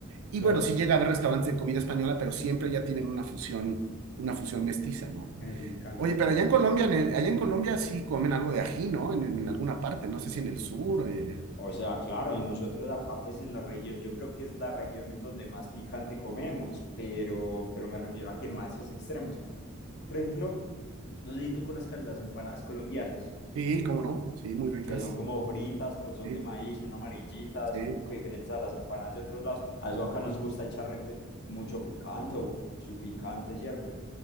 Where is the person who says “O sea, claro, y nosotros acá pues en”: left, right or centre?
Left